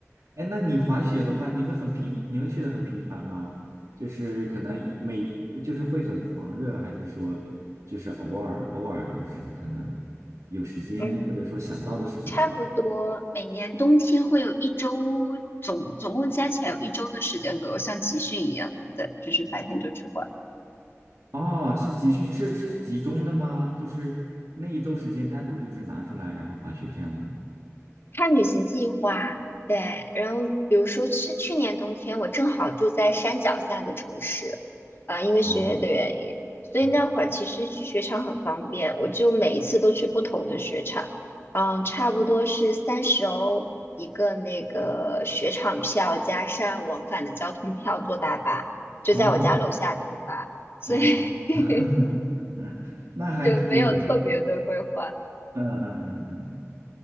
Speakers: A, on the right; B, on the left.
A: 哎，那你滑雪的话，你会很频，你会去的很频繁吗？就是可能每，就就是会很狂热，还是说就是偶尔偶尔就是可能有时间，
B: 嗯，
A: 或者说想到的时候去？
B: 差不多每年冬天会有一周，总总共加起来有一周的时间左右，像集训一样的，就是白天就去。换。
A: 哦，是集训，是是集中的吗？就是那一周时间单独就是拿出来，然后滑雪这样子吗？
B: 看旅行计划，对，然后比如说是去年冬天，我正好住在山脚下的城市，呃，因为学业的原因，
A: 哦
B: 所以那会儿其实去雪场很方便，
A: 哦
B: 我就每一次都去不同的雪场，嗯，差不多是三十欧一个那个雪场票，加上往返的交通票，坐大巴，就在我家楼下出发，
A: 哦
B: 所以
A: 哦，
B: <laughs>
A: <laughs> 嗯那还可以呢。
B: 就没有特别的规划，
A: 嗯嗯嗯嗯。